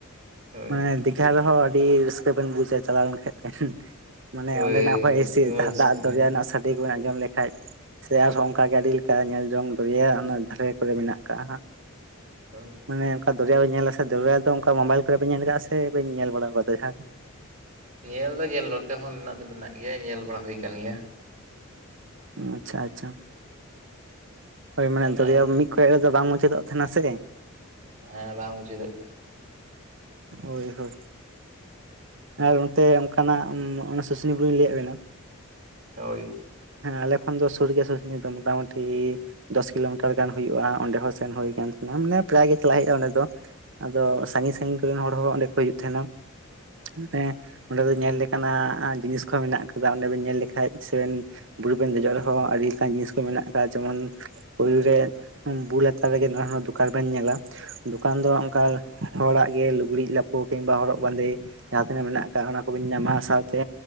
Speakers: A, on the right; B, on the right.
A: ᱦᱳᱭ
B: ᱢᱟᱱᱮ ᱫᱤ ᱜᱷᱟ ᱨᱮᱦᱚᱸ ᱟᱹᱰᱤ ᱨᱟᱹᱥᱠᱟᱹ ᱵᱤᱱ ᱵᱩᱡᱟ ᱪᱟᱞᱟᱣ ᱞᱮᱱ ᱠᱷᱟᱡ ᱵᱤᱱ, ᱢᱟᱱᱮ
A: ᱦᱳᱭ
B: ᱚᱸᱰᱮᱱᱟᱜ ᱦᱚᱭ
A: ᱨᱟᱹᱥᱠᱟᱹ
B: ᱦᱤᱥᱤ <unintelligible>
A: ᱢᱟ ᱨᱟᱹᱥᱠᱟᱹ
B: ᱫᱟᱜ ᱫᱚᱨᱭᱟ
A: ᱜᱮ
B: ᱨᱮᱱᱟᱜ ᱥᱟᱰᱮ ᱠᱚ ᱵᱮᱱ ᱟᱸᱡᱚᱢ ᱞᱮᱠᱟᱡ ᱥᱮ ᱟᱨᱦᱚᱸ ᱚᱱᱠᱟ ᱜᱮ ᱟᱹᱰᱤ ᱞᱮᱠᱟ ᱧᱮᱞ ᱡᱚᱝ ᱫᱚᱨᱭᱟ ᱚᱱᱟ ᱫᱷᱟᱨᱮ ᱠᱚᱨᱮ ᱢᱮᱱᱟᱜ ᱠᱟᱜᱼᱟ ᱦᱟᱸᱜ,
A: ᱦᱳᱭ
B: ᱢᱟᱱᱮ ᱚᱱᱠᱟ ᱫᱚᱨᱭᱟ ᱵᱮᱱ ᱧᱮᱞᱟ ᱥᱮ ᱫᱚᱨᱭᱟ ᱫᱚ ᱚᱱᱠᱟ ᱢᱳᱵᱟᱭᱤᱞ ᱠᱚᱨᱮ ᱵᱤᱱ ᱧᱮᱞ ᱠᱟᱜᱼᱟ ᱥᱮ ᱵᱤᱱ ᱧᱮᱞ ᱵᱟᱲᱟ ᱟᱠᱟᱣᱫᱟ ᱡᱟᱦᱟᱸ ᱨᱮ
A: ᱧᱮᱞ ᱫᱚ ᱧᱮᱞ ᱱᱚᱛᱮ ᱦᱚᱸ ᱢᱮᱱᱟᱜ ᱫᱚ ᱢᱮᱱᱟᱜ ᱜᱮᱭᱟ ᱧᱮᱞ ᱵᱟᱲᱟ ᱦᱩᱭ ᱠᱟᱱ ᱜᱮᱭᱟ
B: ᱟᱪᱪᱷᱟ ᱟᱪᱪᱷᱟ ᱦᱳᱭ ᱢᱟᱱᱮ
A: ᱚᱱᱟ
B: ᱫᱚᱨᱭᱟ ᱢᱤᱫ ᱠᱚᱭᱚᱜ ᱨᱮᱫᱚ ᱵᱟᱝ ᱢᱩᱪᱟᱹᱫᱚᱜ ᱛᱟᱦᱮᱱᱟ ᱥᱮ
A: ᱦᱮᱸ ᱵᱟᱝ ᱢᱩᱪᱟᱹᱫᱚᱜ ᱜᱮ
B: ᱦᱳᱭ ᱦᱳᱭ ᱟᱨ ᱚᱱᱛᱮ ᱚᱱᱠᱟᱱᱟᱜ ᱚᱱᱟ ᱥᱩᱥᱩᱱᱤ ᱵᱩᱨᱩᱧ ᱞᱟᱹᱭᱟᱫ ᱵᱤᱱᱟ,
A: ᱦᱳᱭ ᱾
B: ᱦᱮᱸ ᱟᱞᱮ ᱠᱷᱚᱱ ᱫᱚ ᱥᱩᱨ ᱜᱮᱭᱟ ᱥᱩᱥᱩᱱᱤ ᱫᱚ ᱢᱚᱴᱟᱢᱩᱴᱤ ᱫᱚᱥ ᱠᱤᱞᱳᱢᱤᱴᱟᱨ ᱜᱟᱱ ᱦᱩᱭᱩᱜᱼᱟ ᱚᱸᱰᱮ ᱦᱚᱸ ᱥᱮᱱ ᱦᱩᱭ ᱠᱟᱱ ᱛᱟᱦᱮᱱᱟ ᱢᱟᱱᱮ ᱯᱨᱟᱭ ᱜᱮ ᱪᱟᱞᱟᱜ ᱦᱩᱭᱩᱜᱼᱟ ᱚᱸᱰᱮ ᱫᱚ ᱟᱫᱚ ᱥᱟᱺᱜᱤᱧ ᱥᱟᱺᱜᱤᱧ ᱠᱚᱨᱤᱱ ᱦᱚᱲ ᱦᱚᱸ ᱚᱸᱰᱮ ᱠᱚ ᱦᱤᱡᱩᱜ ᱛᱟᱦᱮᱱᱟ। <unintelligible> ᱚᱸᱰᱮ ᱫᱚ ᱧᱮᱞ ᱞᱮᱠᱟᱱᱟᱼᱜ ᱡᱤᱱᱤᱥ ᱠᱚᱦᱚᱸ ᱢᱮᱱᱟᱜ ᱠᱟᱫᱟ᱾ ᱚᱸᱰᱮ ᱵᱮᱱ ᱧᱮᱞ ᱞᱮᱠᱷᱟᱡ ᱥᱮᱵᱮᱱ ᱵᱩᱨᱩᱵᱮᱱ ᱫᱮᱡᱚᱜ ᱨᱮᱦᱚᱸ ᱟᱹᱰᱤ ᱞᱮᱠᱟᱱ ᱡᱤᱱᱤᱥ ᱠᱚ ᱢᱮᱱᱟᱜ ᱟᱠᱟᱫ ᱡᱮᱢᱚᱱ ᱯᱩᱭᱞᱳ ᱨᱮ ᱵᱩ ᱞᱟᱛᱟᱨ ᱨᱮᱜᱮ ᱱᱟᱣᱟ ᱦᱚᱸ ᱫᱚᱠᱟᱱ ᱵᱮᱱ ᱧᱮᱞᱟ᱾ ᱫᱚᱠᱟᱱ ᱫᱚ ᱚᱱᱠᱟ ᱦᱚᱲᱟᱜ ᱜᱮ ᱞᱩᱜᱽᱲᱤᱡ ᱞᱟᱯᱚ ᱠᱤᱢᱵᱟ ᱦᱚᱨᱚᱜ ᱵᱟᱸᱫᱮ ᱡᱟᱦᱟᱸ ᱛᱤᱱᱟᱹᱜ ᱢᱮᱱᱟᱜ ᱟᱠᱟᱜ ᱚᱱᱟ ᱠᱚᱵᱤᱱ ᱧᱟᱢᱟ ᱥᱟᱶᱛᱮ